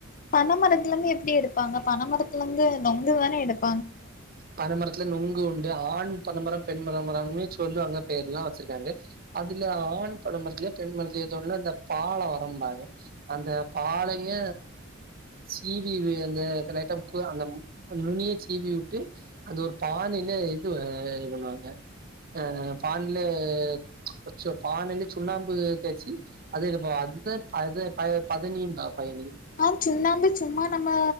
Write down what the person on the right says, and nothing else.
பனமரத்துல நொங்கு உண்டு ஆண் பனபரம் பெண் பனபரம்னு சொல்லுவாங்க பேர்லா வச்சிருக்காங்க அதுல ஆண் பனம்பரத்லியா பெண் பன்த்லியா எத்தோன்ன இந்த பால வரம்பாங்க அந்த பாளைய சீவி அந்த க லைட்டா குவ அந்த ம் நுனிய ச்சீவி வு ட்டு அந்த ஒரு பானைல இது அ பண்ணுவாங்க அ பான்லே அச்சோ பானில சுண்ணாம்பு தேய்ச்சி அது இது ப அதுதா அது ப பதனிப பைனிகு